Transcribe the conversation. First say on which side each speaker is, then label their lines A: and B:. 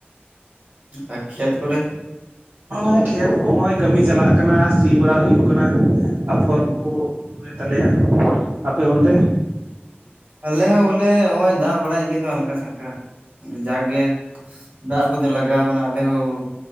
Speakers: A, on the right (about 35°); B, on the right (about 55°).
A: ᱟᱨ ᱠᱷᱮᱛ ᱠᱚᱨᱮ
B: ᱚᱭ ᱠᱷᱮᱛ ᱠᱚ ᱦᱚᱜᱼᱚᱭ ᱠᱟᱹᱢᱤ ᱪᱟᱞᱟᱜ ᱠᱟᱱᱟ ᱥᱤ ᱵᱟᱲᱟ ᱦᱩᱭᱩᱜ ᱠᱟᱱᱟ ᱟᱯᱷᱚᱨ ᱠᱚ ᱮᱫ ᱛᱟᱞᱮᱭᱟ, ᱟᱯᱮ ᱚᱱᱛᱮ
A: ᱟᱞᱮ ᱦᱚᱸ ᱵᱚᱞᱮ ᱦᱚᱜᱼᱚᱭ ᱫᱟᱜ ᱵᱟᱲᱟᱭᱮᱫ ᱜᱮᱫᱚ ᱦᱟᱞᱠᱟ ᱥᱟᱞᱠᱟ, ᱟᱫᱚ ᱡᱟᱠ ᱜᱮ ᱫᱟᱜ ᱟᱹᱜᱩ ᱫᱚ ᱞᱟᱜᱟᱣ ᱵᱚᱱᱟ ᱟᱞᱮ ᱦᱚᱸ